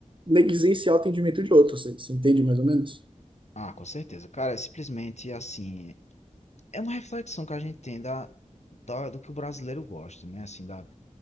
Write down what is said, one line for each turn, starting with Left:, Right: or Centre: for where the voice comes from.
Right: negligenciar o atendimento de outros. Você, você entende mais ou menos?
Left: Ah, com certeza. Cara, é simplesmente assim, é uma reflexão que a gente tem da, da- do que o brasileiro gosta, né? Assim, da